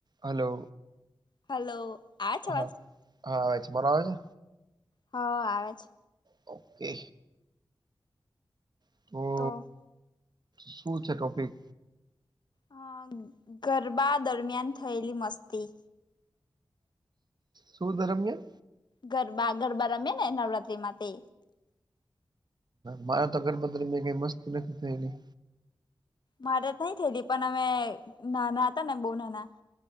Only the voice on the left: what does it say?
hello આવે છે અવાજ
હવ આવે છે
તો
હ ગરબા દરમિયાન થયેલી મસ્તી
ગરબા ગરબા રમે ને નવરાત્રીમાં તે
મારે તો નઈ થયલી પણ અમે નાના હતા ને બો નાના